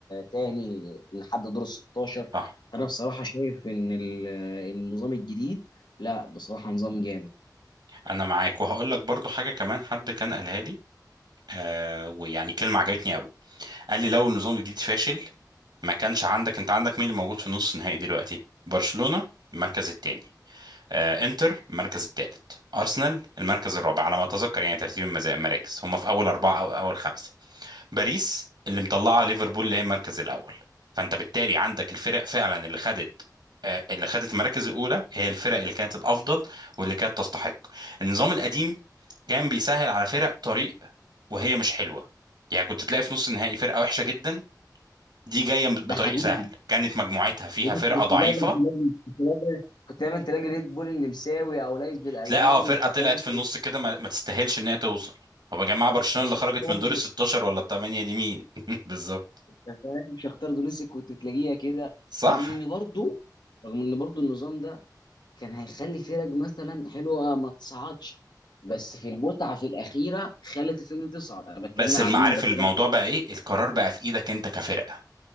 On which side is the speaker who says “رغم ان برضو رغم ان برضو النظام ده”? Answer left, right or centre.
Left